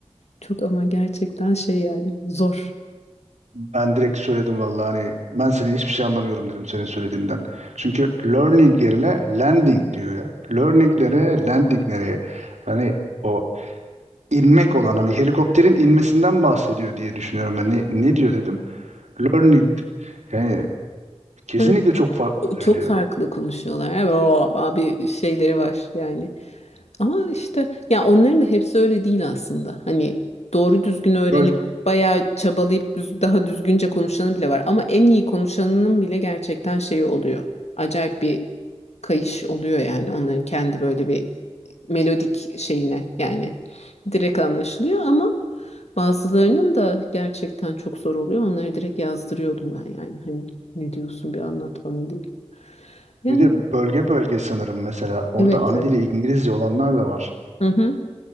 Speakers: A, on the left; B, on the right.
A: Çok ama gerçekten şey yani zor.
B: Ben direkt söyledim vallahi hani ben senin hiçbir şey anlamıyorum dedim senin söylediğinden. Çünkü learning yerine landing diyor ya. Learning nereye, landing nereye? Hani o inmek olan hani helikopterin inmesinden bahsediyor diye düşünüyorum ben. Ne, ne diyor dedim? Learning. Yani kesinlikle
A: Evet,
B: çok farklı söylüyor.
A: Çok farklı konuşuyorlar. Evet, o abi şeyleri var yani. Ama işte ya onların da hepsi öyle değil aslında. Hani doğru düzgün öğrenip
B: Böyle
A: bayağı çabalayıp düz, daha düzgünce konuşanı bile var. Ama en iyi konuşanının bile gerçekten şeyi oluyor. Acayip bir kayış oluyor yani onların kendi böyle bir melodik şeyine yani direkt anlaşılıyor ama bazılarının da gerçekten çok zor oluyor. Onları direkt yazdırıyordum ben yani hani ne diyorsun bir anlat bana diye. Yani
B: Bir de bölge bölge sanırım mesela. Orada
A: evet
B: ana
A: evet.
B: dili İngilizce olanlar da var.
A: Hı hı.